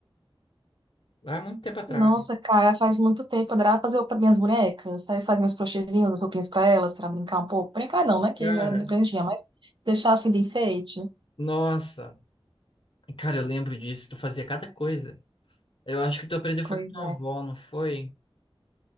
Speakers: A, on the left; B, on the right.
A: Lá há muito tempo atrás.
B: Nossa, cara, faz muito tempo. Eu adorava fazer para minhas bonecas. Aí fazia uns crochêzinhos, as roupinhas para elas, para brincar um pouco. Brincar não, né? Que
A: Cara,
B: eu era bem grandinha, mas deixar assim de enfeite.
A: nossa. Cara, eu lembro disso. Tu fazia cada coisa. Eu acho que tu aprendeu
B: Pois
A: foi com tua
B: é.
A: avó, não foi?